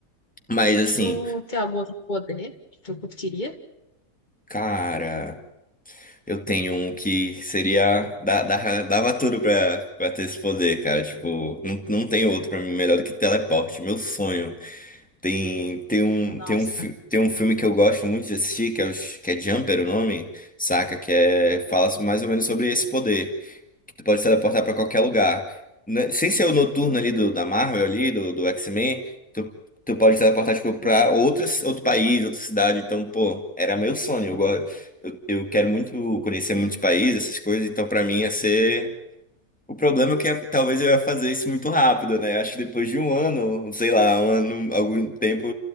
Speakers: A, in the centre; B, on the left (about 30°).
A: mas assim,
B: Tu tem algum outro poder que tu curtiria?
A: cara, eu tenho um que seria dá dá dava tudo pra, pra ter esse poder, cara, tipo, não, não tem outro pra mim melhor do que teleporte, meu sonho. Tem tem um
B: Nossa,
A: tem um fi- tem um filme que eu gosto muito de assistir, que é o, que é Jumper o nome, saca, que é fala mais ou menos sobre esse poder. que tu pode se teleportar pra qualquer lugar. Né, Sem ser o noturno ali do, da Marvel ali, do, do X-Men, tu, tu pode se teleportar, tipo, pra outras, outro país, outra cidade. Então, pô, era meu sonho. Eu, go- eu, eu quero muito conhecer muitos países, essas coisas. Então, pra mim, ia ser... O problema é que ia- talvez eu ia fazer isso muito rápido, né? Acho que depois de um ano, sei lá, um ano, algum tempo,